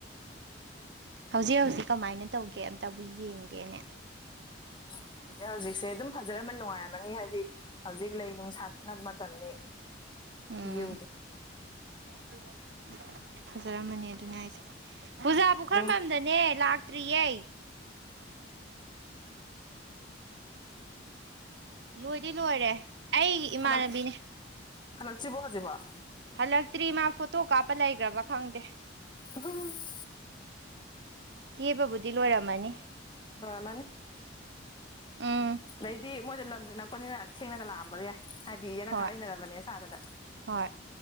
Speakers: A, on the right; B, on the left.
A: ꯍꯧꯖꯤꯛ ꯍꯧꯖꯤꯛ ꯀꯃꯥꯏꯅ ꯇꯧꯒꯦ ꯑꯝꯇꯕꯨ ꯌꯦꯡꯒꯦꯅꯦ
B: <unintelligible> ꯍꯧꯖꯤꯛ ꯍꯧꯖꯤꯛꯁꯦ ꯑꯗꯨꯝ ꯐꯖꯔꯝꯃꯅꯤ ꯅꯨꯡꯉꯥꯏꯔꯝꯃꯅꯤ ꯍꯥꯏꯗꯤ ꯍꯧꯖꯤꯛ ꯂꯩ ꯅꯨꯡꯁꯥ ꯅꯝ ꯃꯇꯝꯅꯤ
A: ꯎꯝ
B: ꯚ꯭ꯌꯨꯗꯨ
A: <unintelligible> ꯐꯖꯔꯝꯃꯅꯤ ꯑꯗꯨꯅꯦ ꯍꯥꯏꯁꯦ ꯄꯨꯖꯥ ꯄꯨꯈ꯭ꯔꯝꯕꯝꯗꯅꯦ
B: ꯑꯗꯨꯝ
A: ꯂꯥꯛ ꯂꯥꯛꯇ꯭ꯔꯤꯌꯦ ꯂꯣꯏꯗꯤ ꯂꯣꯏꯔꯦ ꯑꯩ ꯏꯃꯥꯟꯅꯕꯤꯅꯦ
B: ꯍꯜꯂꯛ ꯍꯜꯂꯛꯇ꯭ꯔꯤꯕꯣ ꯍꯧꯖꯤꯛꯐꯥꯎ
A: ꯍꯜꯂꯛꯇ꯭ꯔꯤ ꯃꯥ ꯐꯣꯇꯣ ꯀꯥꯞꯄ ꯂꯩꯒ꯭ꯔꯕ ꯈꯪꯗꯦ
B: ꯎꯝ <unintelligible>
A: ꯀꯦꯕꯕꯨꯗꯤ ꯂꯣꯏꯔꯝꯃꯅꯤ
B: ꯂꯣꯢꯔꯝꯃꯅꯤ
A: ꯎꯝ
B: ꯑꯗꯩꯗꯤ ꯃꯣꯏꯗꯣ ꯂꯝꯖꯨ ꯅꯛꯄꯅꯤꯅ ꯊꯦꯡꯅꯒ ꯂꯥꯛꯑꯝꯕ ꯌꯥꯏ ꯍꯥꯏꯗꯤ ꯌꯦꯅꯈꯥ
A: ꯍꯣꯏ
B: ꯂꯩꯅꯔꯕꯅꯦ ꯁꯥꯗꯅ
A: ꯍꯣꯏ